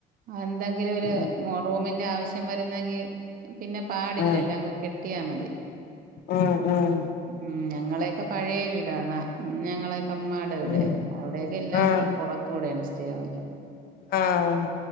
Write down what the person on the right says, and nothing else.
എന്തെങ്കിലും ഒരു
റൂമിന്റെ ആവശ്യം വരുന്നെങ്കിൽ പിന്നെ പാടില്ലല്ലോ
അങ്ങ് കെട്ടിയാ മതി
ഉം ഞങ്ങളെയൊക്കെ പഴയ വീടാണ് ഞങ്ങളെയൊക്കെ ഉമ്മ ഇവിടെ
അവിടെയൊക്കെ എല്ലാ
പുറത്തു കൂടെയാണ് സ്റ്റെയർ എല്ലാം